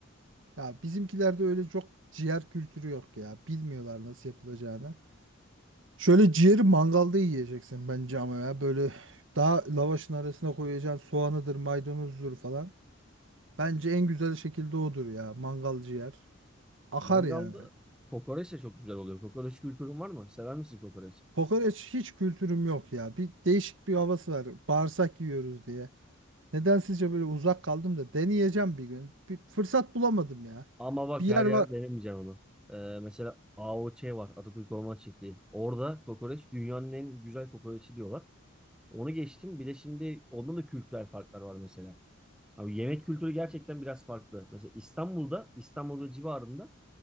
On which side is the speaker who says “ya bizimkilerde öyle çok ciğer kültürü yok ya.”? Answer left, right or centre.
Right